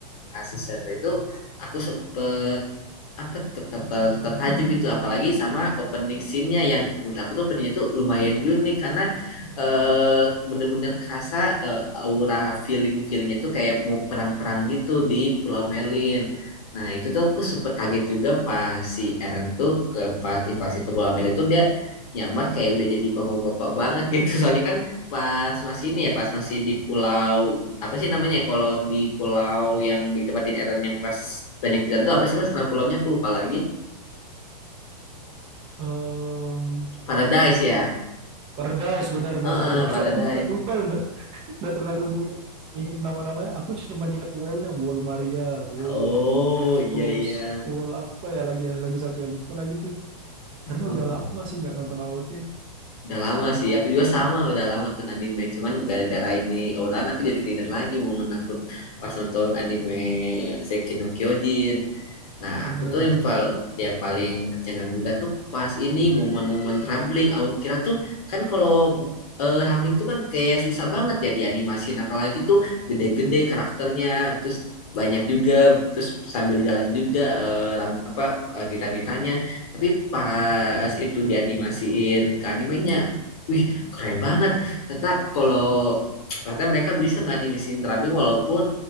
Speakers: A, on the left (about 60°); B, on the right (about 25°).
A: Nah, season berapa itu aku sempet apa ter- ter- ter- tertajuk gitu apalagi sama opening scene-nya yang menurut aku tuh openingnya tuh lumayan unik karena eh, bener-bener kerasa eh, aura feeling feelingnya tuh kayak mau perang-perang gitu di Pulau Merlin. Nah itu tuh aku sempet kaget juga pas si Eren tuh ke pas invasi ke Pulau Merlin tuh dia nyamar kayak udah jadi bapak-bapak banget gitu <laughs> soalnya kan pas masih ini ya pas masih di pulau apa sih namanya ya, kalau di pulau yang ditempatin Eren yang pas banyak ikan tuh apa sih mas nama pulaunya aku lupa lagi
B: Em,
A: Paradise ya
B: Paradise benar
A: Heeh,
B: Mas Paradise.
A: Paradise
B: Aku juga lupa udah udah terlalu ingat ingat nama-namanya aku cuma ingat wallnya wall Maria wall
A: oh iya
B: Rose
A: iya
B: wall apa ya lagi ya lagi satu ya lupa lagi tuh Karena
A: Oh,
B: udah lama sih nggak nonton AOT.
A: udah lama sih aku juga sama udah lama nonton anime cuman gara-gara ini Ouran aku jadi keinget lagi momen aku pas nonton anime Shingeki no Kyojin Nah,
B: Bener
A: aku tuh
B: Mas
A: yang,
B: Rian.
A: pal- yang paling tercengang juga tuh pas ini momen-momen rambling. Aku kira tuh kan kalau eh, rambling tuh kan kayak susah banget ya dianimasin, apalagi tuh gede-gede karakternya, terus banyak juga, terus sambil jalan juga eh, ram- apa eh, titan-titannya. Tapi pas itu dianimasiin ke animenya, wih keren banget. Ternyata kalau ternyata mereka bisa nganimisin rambling walaupun